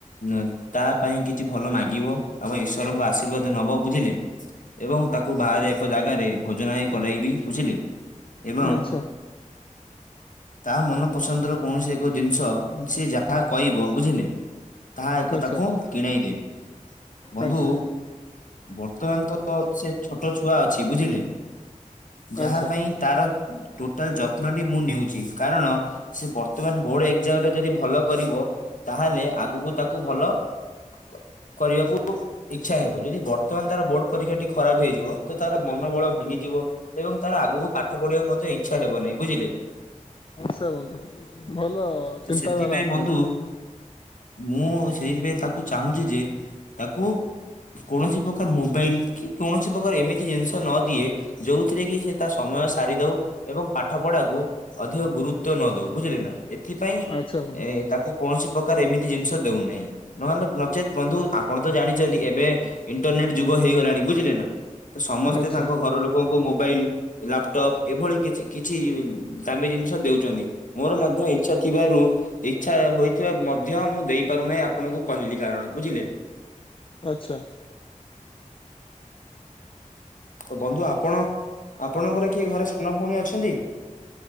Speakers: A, on the left (about 70°); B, on the left (about 40°).
A: ଉଁ ତା ପାଇଁ କିଛି ଭଲ ମାଗିବ ଆମ ଈଶ୍ଵରଙ୍କୁ ଆସ ଆଶୀର୍ବାଦ ନବ ବୁଝିଲେ। ଏବଂ ତାକୁ ବାହାରେ ଏକ ଜାଗାରେ ଭୋଜନାଇ କରାଇବି ବୁଝିଲେ। ଏବଂ
B: ଆଚ୍ଛା।
A: ତା ମନ ପସନ୍ଦ ର କୌଣସି ଏକ ଜିନିଷ ସି ଯାହା କହିବ ବୁଝିଲେ ତାହା ଏକ
B: ଆଚ୍ଛା
A: ତାକୁ କିଣେଇ ଦେବି ବନ୍ଧୁ
B: ଆଚ୍ଛା
A: ବର୍ତ୍ତମାନ ତ ସେ ଛୋଟ ଛୁଆ ଅଛି ବୁଝିଲେ ଯାହା
B: ଆଚ୍ଛା
A: ପାଇଁ ତାର ଟୋଟାଲ ଯତ୍ନଟି ମୁଁ ନେଉଛି କାରଣ ସେ ବର୍ତ୍ତମାନ ବୋର୍ଡ ଏକଜାମରେ ଯଦି ଭଲ କରିବ ତାହେଲେ ଆଗକୁ ତାକୁ ଭଲ କ କରିବାକୁ ଇଚ୍ଛା ହେବୁନ। ଯଦି ବର୍ତ୍ତମାନ ତାର ବୋର୍ଡ ପରୀକ୍ଷା ଟି ଖରାପ ହେଇଯିବ ତ ତାର ମନୋବଳ ଭାଙ୍ଗିଯିବ ଏବଂ ତେଣୁ ତାର ଆଗକୁ ପାଠଢିବାକୁ ମତେ ଇଚ୍ଛା ହେବ ନାହିଁ ବୁଝିଲେ।
B: ଆଶା ବନ୍ଧୁ ଭଲ
A: ତ
B: ଚିନ୍ତାଧାରା
A: ସେଥିପାଇଁ
B: ଆପଣଙ୍କର।
A: ବନ୍ଧୁ ମୁଁ ସେଇଥିପାଇଁ ତାକୁ ଚାହୁଁଛି ଯେ ତାକୁ କୌଣସି ପ୍ରକାର ମୋବାଇଲ କି କୌଣସି ପ୍ରକାର ଏମିତି ଜିନିଷ ନ ଦିଏ ଯୋଉଥିରେ କି ସେ ତା ସମୟ ସାରି ଦଉ ଏବଂ ପାଠ ପଢାକୁ ଅଧିକ ଗୁରୁତ୍ୱ ନ ଦଉ ବୁଝିଲେ ନା। ଏଥିପାଇଁ
B: ଆଚ୍ଛା ବନ୍ଧୁ
A: ଏ ତାକୁ କୌଣସି ପ୍ରକାର ଏମିତି ଜିନିଷ ଦଉନାହିଁ ନହେଲେ ନଚେତ୍ ବନ୍ଧୁ ଆପଣ ତ ଜାଣିଛନ୍ତି ଏବେ ଇଣ୍ଟରନେଟ ଯୁଗ ହେଇଗଲାଣି ବୁଝିଲେ ନା ତ ସମସ୍ତେ
B: ଆଚ୍ଛା
A: ତାଙ୍କ ଘର ଲୋକଙ୍କୁ ମୋବାଇଲ ଲାପଟପ୍ ଏଭଳି କିଛି କିଛି ଦାମୀ ଜିନିଷ ଦଉଛନ୍ତି ମୋର ମଧ୍ୟ ଇଚ୍ଛା ଥିବାରୁ ଇଚ୍ଛା ହୋଇଥିବା ମଧ୍ୟ ମୁଁ ଦେଇ ପାରୁନାହିଁ ଆପଣଙ୍କୁ କହିଲି କାରଣ ବୁଝିଲେ।
B: ଆଚ୍ଛା।
A: ତ ବନ୍ଧୁ ଆପଣ ଆପଣଙ୍କର କିଏ ଘରେ ସାନ ଭଉଣୀ ଅଛନ୍ତି?